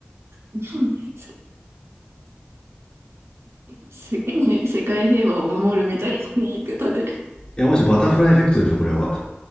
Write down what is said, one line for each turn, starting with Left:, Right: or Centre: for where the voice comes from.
Right: <laughs> 世界、世界平和を守るみたいな言い方で。
Left: いやマジバタフライエフェクトでしょこれは